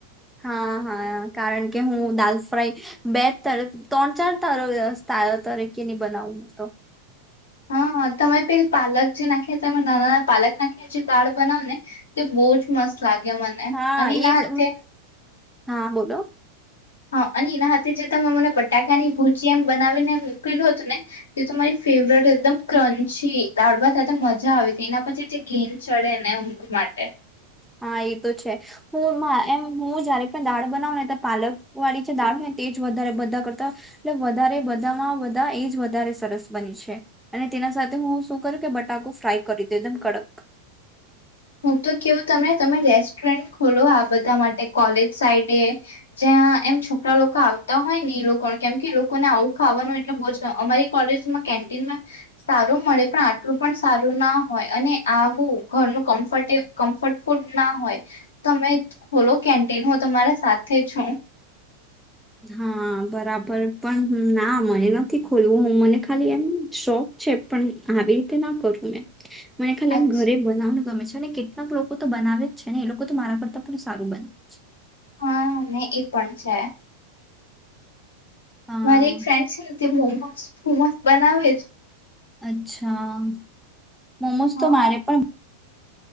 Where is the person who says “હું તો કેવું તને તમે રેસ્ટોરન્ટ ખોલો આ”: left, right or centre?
Left